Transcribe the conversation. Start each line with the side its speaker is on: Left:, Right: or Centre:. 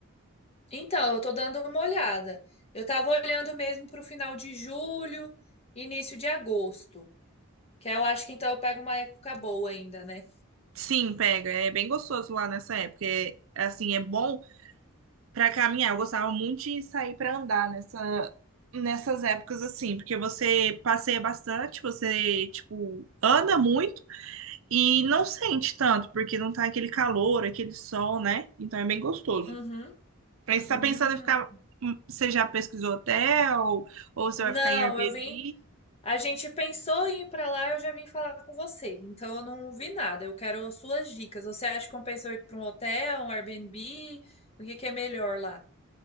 Left: Então, eu tô dando uma olhada. Eu tava olhando mesmo pro final de julho, início de agosto. Que eu acho que então eu pego uma época boa ainda, né?
Right: Sim, pega. É bem gostoso lá nessa época. É, assim, é bom pra caminhar. Eu gostava muito de sair pra andar nessa nessas épocas assim, porque você passeia bastante, você tipo anda muito e não sente tanto, porque não tá aquele calor, aquele sol, né? Então é bem gostoso.
Left: Uhum.
Right: Aí você está
Left: Hum.
Right: pensando em ficar. hum, Você já pesquisou hotel? Ou você
Left: Não,
Right: vai ficar em Airbnb?
Left: eu vim. A gente pensou em ir pra lá, eu já vim falar com você. Então eu não vi nada. Eu quero suas dicas. Você acha que compensa eu ir pra um hotel, um Airbnb? O que que é melhor lá?